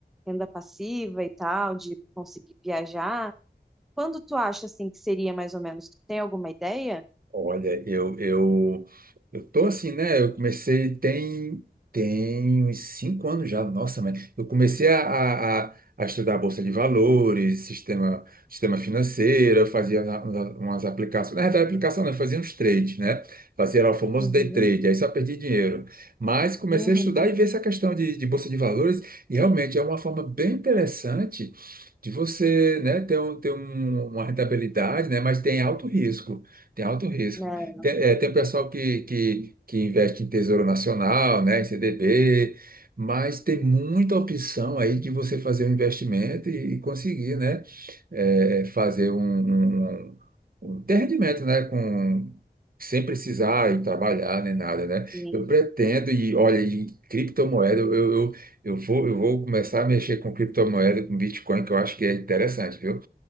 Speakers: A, in the centre; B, on the right.
A: renda passiva e tal, de conseguir viajar, quando tu acha assim que seria mais ou menos? Tu tem alguma ideia?
B: Olha, eu, eu, eu tô assim, né? Eu comecei tem, tem uns cinco anos já, nossa, mas eu comecei a, a, a a estudar Bolsa de Valores, sistema, sistema financeiro, eu fazia na- na- umas aplicações, na verdade, aplicação não, eu fazia uns trades, né? Fazia lá o famoso
A: Uhum,
B: day trade, aí só perdi dinheiro. Mas comecei
A: uhum,
B: a estudar e ver essa questão de, de Bolsa de Valores, e realmente é uma forma bem interessante de você, né, ter, um, ter um- uma rentabilidade, né? Mas tem alto risco. Tem alto risco.
A: né?
B: Tem, é, tem o pessoal que, que, que investe em Tesouro Nacional, né, em CDB, mas tem muita opção aí de você fazer um investimento e, e conseguir, né, é, fazer um, um, um ter rendimento, né, com, sem precisar ir trabalhar nem nada, né?
A: Sim.
B: Eu pretendo e olha, e criptomoeda, eu, eu, eu vou, eu vou começar a mexer com criptomoeda, com Bitcoin, que eu acho que é interessante, viu?